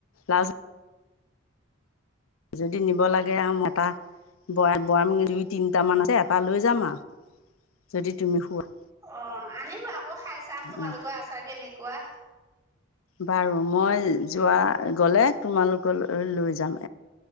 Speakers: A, on the left (about 85°); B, on the right (about 20°).
A: লাজ যদি নিব লাগে আৰু মতা ব বয়াম দুই তিনটাামান আছে এটা লৈ যাম আৰু যদি তুমি খোৱা
B: অ আনিব আকৌ খাই চাম তোমালোকৰ
A: অঁ
B: আচাৰ কেনেকুৱা
A: বাৰু মই যোৱা গ'লে তোমালোকলৈ লৈ যাম